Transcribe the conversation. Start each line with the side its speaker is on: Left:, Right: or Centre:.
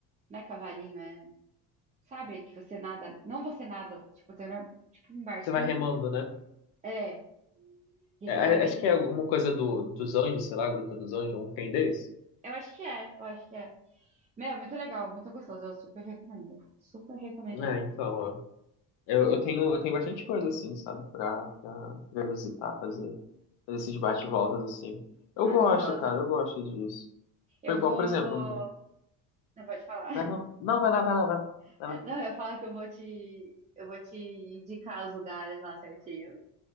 Right: Não é cavalinho, é. Sabe? Que você nada. Não você nada, tipo, tem um, tipo, um barquinho.
Left: você vai remando, né?
Right: É. E
Left: É,
Right: você vai deitar.
Left: é, acho que é alguma coisa do, dos anjos, sei lá, Gruta dos Anjos, um tem desse?
Right: Eu acho que é, eu acho que é. Meu, é muito legal, muito gostoso. Eu super recomendo. Super recomendo
Left: É,
Right: lá.
Left: é, então, Eu, eu tenho, eu tenho bastante coisa assim, sabe, pra, pra, pra visitar, fazer, fazer esses bate-voltas assim. Eu
Right: Ah,
Left: gosto,
Right: é gostoso.
Left: cara, eu gosto disso.
Right: Eu
Left: Foi igual,
Right: vou.
Left: por exemplo, um-
Right: Não pode falar.
Left: vai não, não, vai lá, vai lá, vai lá,
Right: <laughs>
Left: vai lá.
Right: Não, eu falo que eu vou te. Eu vou te indicar os lugares lá certinho.